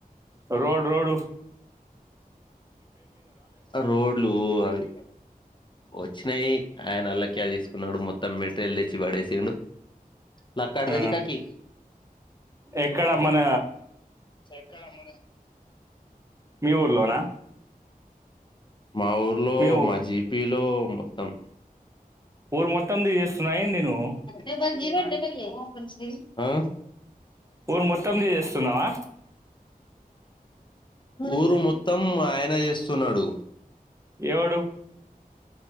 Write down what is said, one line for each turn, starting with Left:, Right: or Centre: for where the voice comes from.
Right: రోడ్ రోడు
Left: రోడ్లు అవి వొచ్చినయి ఆయన అల్లక్క్యా తీసుకున్నాడు మొత్తం మెటీరియల్ తెచ్చి పడేసిండు నక్కడ్దది
Right: ఆ
Left: కాకి
Right: ఎక్కడ మన
Left: ఎక్కడ మన
Right: మీ ఊర్లోనా
Left: మా ఊరులో
Right: మీ
Left: మాజీ పిలో మొత్తం
Right: ఊరు మొత్తంది చేస్తున్నా ఏంది నువ్వు
Left: డబల్ జీరో డబల్ ఎయిట్ ఆ
Right: ఊరు మొత్తంది చేస్తున్నావా
Left: ఊరు మొత్తం ఆయన చేస్తున్నాడు
Right: ఎవడు